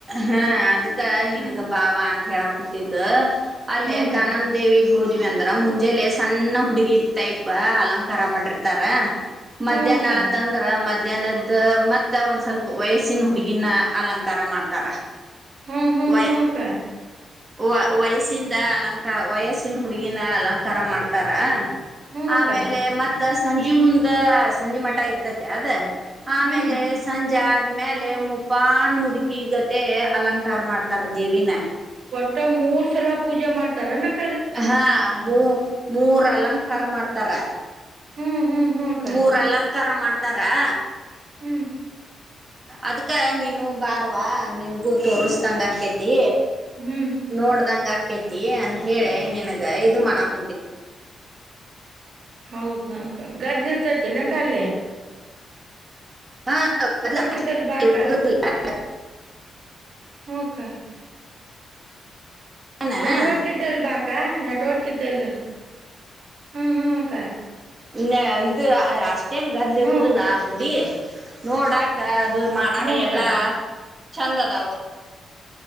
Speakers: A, on the right; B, on the right.
A: ಹಾ ಅದಕ
B: ಹ್ಮ್
A: ನನ್ಗ ಬಾವ ಅಂತ ಹೇಳಕ್ ತಿದ್ದ ಅಲ್ಲೇ
B: ಹ್ಞೂ ಅಕ್ಕ
A: ದಾನಮ ದೇವಿ ಹೋದಿವವಿ ಅಂದ್ರ ಮುಂಜೆಲ್ಲೆ ಸಣ್ಣ ಹುಡುಗಿ ಟೈಪ್ ಅಲಂಕಾರ ಮಾಡಿರ್ತಾರ ಮಧ್ಯಾಹ್ನ
B: ಹ್ಞೂ ಅಕ್ಕ
A: ಆ ತಂದ್ರ ಮ ಏ ನದ್ ಮತ್ತ ಒಂದ್ ಸ್ವಲ್ಪ ವಯಸ್ಸಿನ ಹುಡುಗಿನ ಅಲಂಕಾರ ಮಾಡತಾರ <inaudible>
B: ಹ್ಮ್ ಹ್ಮ್
A: ಒಯ
B: ಹ್ಮ್ ಅಕ್ಕ
A: ವ ವಯಸ್ಸಿಂದ ಅಲಂಕಾರ ವಯಸ್ಸಿನ ಹುಡುಗಿನ ಅಲಂಕಾರ ಮಾಡ್ತಾರ
B: ಹ್ಮ್
A: ಆಮೇಲೆ
B: ಅಕ್ಕ
A: ಮತ್ತ ಸಂಜೆ ಮುಂದ ಸಂಜೆ ಮಠ ಇರ್ತೈತಿ ಅದ ಆಮೇಲೆ
B: ಹ್ಮ್
A: ಸಂಜೆ ಅದ್ಮೇಲೆ ಮುಪಾನ್ ಮುದುಕಿಗತೆ ಅಲಂಕಾರ ಮಾಡತ ಸರದೇವಿನ
B: ಮ ಮೂರ್ ಸಲ ಪೂಜೆ ಮಾಡ್ತಾರ ನಕ್ಕಾ
A: ಹಾ ಮೂ ಮೂರ ಅಲಂಕಾರಾರ್ ಮಾಡ್ತ. ತರ.
B: ಹ್ಮ್ ಹ್ಮ್. ಹ್ಮ್ ಅಕ್ಕ
A: ಮೂರ ಅಲಂಕಾರ ಮಾಡ್ತ ಹತಾರಾ.
B: ಹ್ಮ್.
A: ಅದ್ಕ ನೀನು ಬಾರ್ವಾ ನಿನ್ಗೂ ತೋರ್ಸ್ದಂಗ ಅಕ್ಕೇತಿ.
B: ಹ್ಮ್
A: ನೋಡ್ದಂಗ ಕತಿ ಅಂಂತೇಳಿ ನಿನಗೆ ಇದು ಮಾಡಕ ಹೊಂತೀ.
B: ಹೌದ ನಕ ಗದ್ಗಿರ್ತತಿ. ಚಕ್ಕಾರ್ಲ್ಲ.
A: ಹಾದ. <inaudible>
B: ಇದ್ದಲ್ಲಿ ಬಾ ಅಕ್ಕ ಹ್ಮಕ.
A: ಏನ
B: ನೆಟ್ವರ್ಕ್ ಇದ್ದಲ್ ಬಾಕಾ ನೆಟ್ವರ್ಕ್ ಇದ್ದಲ್ಲಿ ಹ್ಮ್ ಹ್ಮ್ ಅಕ್ಕ
A: ಇ ಇದು ಅಷ್ಟ ಏನು ಗದ್ದಲಿ
B: ಹ್ಞೂ
A: ಇರೋದಿಲ್ಲ ಆ ಗುಡಿ ನೋಡಾ ಅದು ಮಾಡಾಕಯ
B: ಹ್ಞೂ ಅಕ್ಕ
A: ಎಲ್ಲ ಚಂದದ.